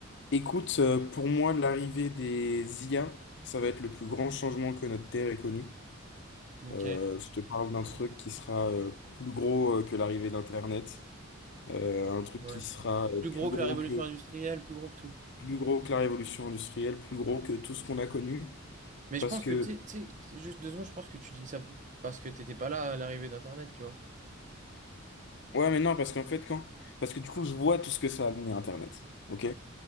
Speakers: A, on the left (about 60°); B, on the right (about 40°).
A: Écoute, euh, pour moi, l'arrivée des IA, ça va être le plus grand changement que notre Terre ait connu.
B: Ok.
A: Euh, je te parle d'un truc qui sera euh, plus gros euh, que l'arrivée d'Internet, euh, un truc
B: Ouais.
A: qui sera euh,
B: Plus
A: plus
B: gros
A: gros
B: que la révolution
A: que,
B: industrielle, plus gros que tout.
A: plus gros que la révolution industrielle, plus gros que tout ce qu'on a connu.
B: Mais je
A: Parce
B: pense
A: que,
B: que, tu sais, tu sais, juste deux secondes, je pense que tu dis ça p- parce que t'étais pas là à l'arrivée d'Internet, tu vois.
A: ouais, mais non, parce qu'en fait, quand, parce que du coup, je vois tout ce que ça a amené Internet. OK?